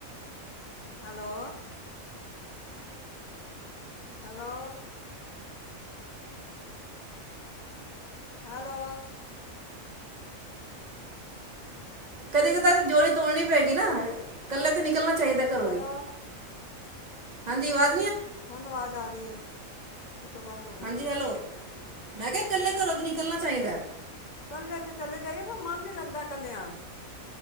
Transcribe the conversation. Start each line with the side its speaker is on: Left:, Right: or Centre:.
Left: ਹੈਲੋ ਹੈਲੋ ਹੈਲੋ <unintelligible>
Right: ਕਦੇ ਕਦ। ਰ ਤਾਂ ਜੋੜੀ ਤੋੜਨੀ ਪੈਗੀ ਨਾ ਇਕੱਲੇ ਤੇ ਨਿਕਲਣਾ ਚਾਹੀਦਾ ਘਰੋਂ
Left: ਹੈਲੋ
Right: ਦੀ ਹਾਂਜੀ ਵਦ
Left: ਹੁਣ ਅਵਾਜ਼ ਆ ਰਹੀ ਹੈ ਵਿੱਚੋਂ ਬੰਦ ਹੋ ਗਏ
Right: ਹਾਂਜੀ
Left: ਸੀੇ।
Right: ਹੈਲੋ ਮੈਂ ਕਿਹਾ ਇਕੱਲੇ ਘਰੋਂ ਦੀ ਨਿਕਲਣਾ ਚਾਹੀਦਾ ਏ।
Left: ਇਕੱਲੇ ਤੇ ਚਲੇ ਜਾਈਏ ਪਰ ਮਨ ਨੀ ਲੱਗਦਾ ਇੱਕਲਿਆ।